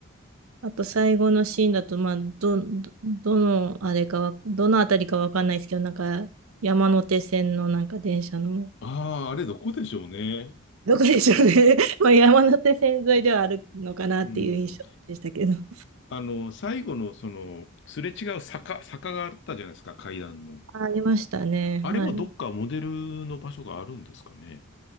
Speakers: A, on the right; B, on the left.
A: あと最後のシーンだと、まあ、ど、ど、どのあれかわ、どのあたりかわかんないですけど、なんか山手線のなんか電車の、
B: ああ、あれどこでしょうね。
A: <laughs> どこでしょうね。<laughs> まあ山手線沿いではあるのかなっていう印象でしたけど。
B: うん。
A: <laughs>
B: あの、最後のその、すれ違う坂、坂があったじゃないですか、階段の。
A: あありましたね。
B: あれもどっかモデルの場所があるんですかね。
A: はい。